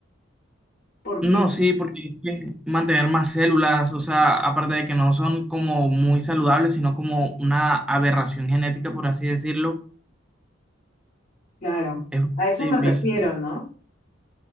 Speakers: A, on the left; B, in the centre.
A: porque,
B: No, sí, porque es que mantener más células, o sea, aparte de que no son como muy saludables, sino como una aberración genética, por así decirlo,
A: claro,
B: es bastante
A: a eso me
B: difícil.
A: refiero, ¿no?